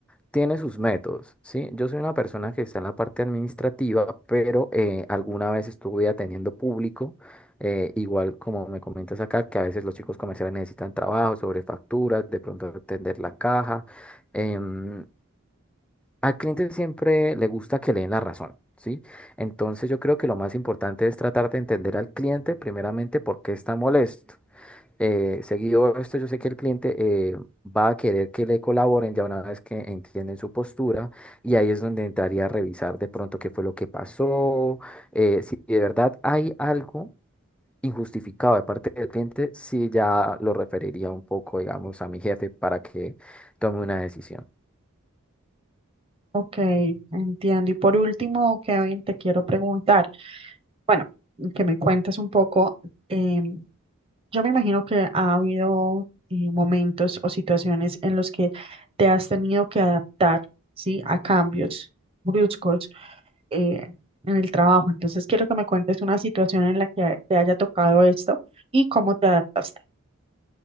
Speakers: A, in the centre; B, on the right (about 25°).
A: tiene sus métodos, ¿sí? Yo soy una persona que está en la parte administrativa, pero eh, alguna vez estuve atendiendo público, eh, igual como me comentas acá, que a veces los chicos comerciales necesitan trabajo sobre facturas, de pronto atender la caja. em, al cliente siempre le gusta que le den la razón. ¿Sí? Entonces yo creo que lo más importante es tratar de entender al cliente primeramente por qué está molesto eh, seguido esto, yo sé que el cliente eh, va a querer que le colaboren ya una vez que entienden su postura y ahí es donde entraría a revisar de pronto qué fue lo que pasó, eh, si de verdad hay algo injustificado de parte del cliente, si ya lo referiría un poco, digamos, a mi jefe para que tome una decisión.
B: Ok, entiendo. Y por último, Kevin, te quiero preguntar, bueno, que me cuentes un poco, em, yo me imagino que ha habido eh, momentos o situaciones en los que te has tenido que adaptar, ¿sí? A cambios bruscos eh, en el trabajo. Entonces, quiero que me cuentes una situación en la que te haya tocado esto y cómo te adaptaste,